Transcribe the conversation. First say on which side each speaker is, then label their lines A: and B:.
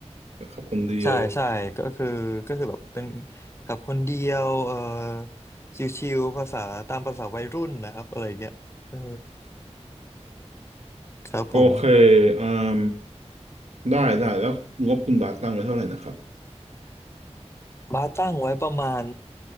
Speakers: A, on the right; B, on the left.
A: แบบขับคนเดียว
B: ใช่ใช่ก็คือก็คือแบบเป็นขับคนเดียวเออชิวๆภาษาตามภาษาวัยรุ่นนะครับอะไรเงี้ยเออครับผม
A: โอเคอืมได้ได้แล้วงบคุณบาสตั้งไว้เท่าไหร่นะครับ
B: บาร์ตั้งไว้ประมาณ